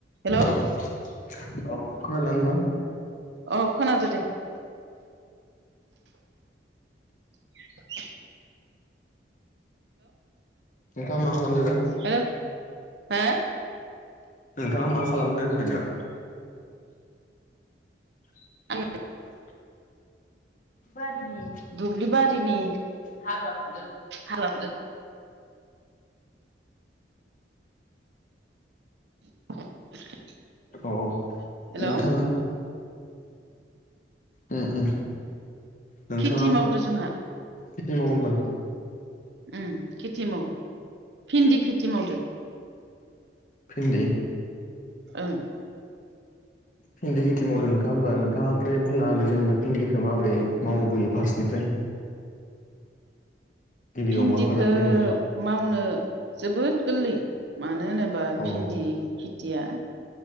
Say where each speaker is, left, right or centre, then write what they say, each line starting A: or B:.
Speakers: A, on the right (about 75°); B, on the left (about 45°).
A: हेल' हेल'
B: औ औ खोना दोंना नोंथां
A: अ खोनादो दे <inaudible>
B: नोंथांङा मा खालामदों दा
A: हो हो
B: नोंथांङा मा खालामदों होनदों दा <inaudible>
A: आङो
B: बोर <unintelligible>
A: दुब्लिबारिनि
B: हाग्रा फुदों
A: हाग्रा फुदो <inaudible>
B: औ
A: हेल'
B: नोंथांङा उम‌ उम नोंथांङा
A: खेथि मावदो जोंहा
B: खेथि मावो ओमबा ना
A: उम खेथि मावो भिन्दि खेथि मावदो
B: भिन्दि
A: ओं
B: भिन्दि खेथि मावदो नोंथांङा होमबा नोंथांङा ओमफ्राय बुंना होदो जेनबा भिन्दिखौ माबोरै मावबोयो फार्स्टनिफ्राय गिबियाव
A: भिन्दिखौ
B: मा खालामजेनो
A: मावनो जोबोद गोरलै मानो होनोबा
B: औ
A: भिन्दि खेथिया